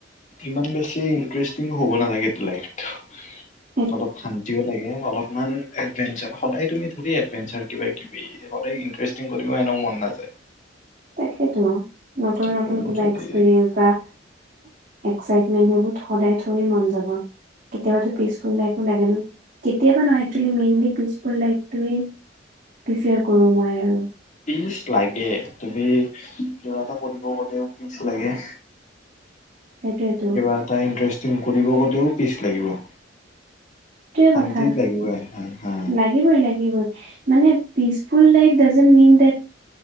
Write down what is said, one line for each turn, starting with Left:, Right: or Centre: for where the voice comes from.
Left: ইমান বেছি ইণ্টাৰেষ্টিং হ'ব নালাগেতো লাইফটো
Right: <inaudible>
Left: অলপ শান্তিও লাগে। অলপমান এডভান্চাৰ সদায় তুমি ধৰি এডভান্চাৰ কিবা কিবি সদায় ই কৰিব এনেও মন নাযায়।
Right: তাকেটো নতুন
Left: কিন্তু
Right: নতুন কিবা
Left: যদি
Right: এক্সপিৰিয়েঞ্চ বা এক্সাইটমেন্ট এইবোৰ সদায় থৰি মন যাব, কেতিয়াবাতো পিচফুল লাইফো লাগে ন। কেতিয়াবা নহয় একচুৱেলী মেইনলি পিচফুল লাইফটোৱে প্ৰিফাৰ কৰো মই আৰু।
Left: পিচ লাগে, তুমি কিবা এটা কৰিব গলেও পিচ লাগে।
Right: সেইটোৱেটো।
Left: কিবা এটা ইণ্টাৰেষ্টিং কৰিব গ'লেও পিচ লাগিব।
Right: টোৱেই
Left: শান্তি
Right: কথা,
Left: লাগিবই হা হা
Right: লাগিবই লাগিবই, মানে peaceful life doesn't mean that,